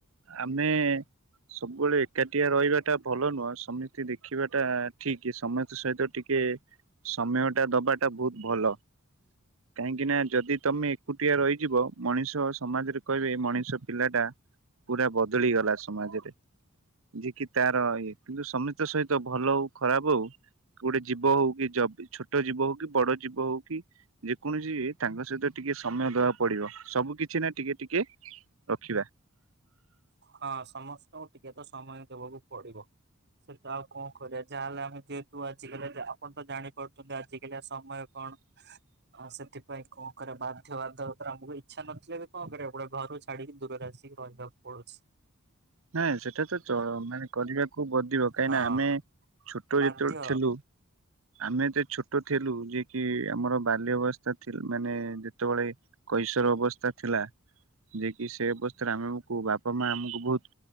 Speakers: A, on the right; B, on the right.
A: ଆମେ ସବୁବେଳେ ଏକାଟିଆ ରହିବା ଟା ଭଲ ନୁହଁ। ସମିତି ଦେଖିବା ଟା ଠିକ୍ ସମସ୍ତ ସହିତ ଟିକେ ସମୟ ଟା ଦବାଟା ବହୁତ ଭଲ। କାହିଁକି ନା? ଯଦି ତମେ ଏକୁଟିଆ ରହିଯିବ ମଣିଷ ସମାଜରେ କହିବେ ମଣିଷ ପିଲା ଟା ପୁରା ବଦଳି ଗଲା ସମାଜରେ। ଯିଏ କିି ତାର ଇଏ କିନ୍ତୁ ସମିତ ସହିତ ଭଲ ହଉ ଖରାପ ହଉ ଗୋଟେ ଜୀବ ହଉ କି ଜ ଛୋଟ ଜୀବ ହଉ କି ବଡ ଜୀବ ହଉ କି ଯେକୌଣସି ତାଙ୍କ ସହିତ ଟିକେ ଟିକେ ସମୟ ଦବାକୁ ପଡିବ। ସବୁ କିଛି ନା ଟିକେ ଟିକେ ରଖିବା।
B: ହଁ ସମସ୍ତଙ୍କୁ ଟିକେ ତ ସମୟ ଦବାକୁ ପଡିବ। ସେଟା ଆଉ କଁ କରିବା ଯାହାହେଲେ ଆମେ ଯେହେତୁ ଆଜିକାଲି ଆପଣ ତ ଜାଣିପାରୁଚନ୍ତି ଆଜିକାଲିଆ ସମୟ କଣ? କଣ ଅ ସେଥିପାଇଁ କଣ କରେ ବାଧ୍ୟ ବାଧକତାରେ ଆମକୁ ଇଚ୍ଛା ନଥିଲେ ବି କଣ କରିବାକୁ ପଡ଼ିବ ଘରୁ ଛାଡିକି ଦୂରରେ ଆସିିକି ରହିବାକୁ ପଡୁଛି।
A: ନାଇଁ ସେଟା ତ ଚ ମାନେ କରିବାକୁ ବଦିବ କାହିଁନା
B: ହଁ
A: ଆମେ ଛୋଟ
B: ବାଧ୍ୟ।
A: ଯେତେବେଳେ ଥିଲୁ ଆମେ ଏ ତେ ଛୋଟ ଥିଲୁ ଯେ କି ଆମର ବାଲ୍ୟ ଅବସ୍ଥା ଥିଲ୍ ମାନେ ଯେତେବେଳେ କୈଶର ଅବସ୍ଥା ଥିଲା ଯେ କି ସେ ଅବସ୍ଥାରେ ଆମକୁ ବାପା ମା ଆମକୁ ବହୁତ୍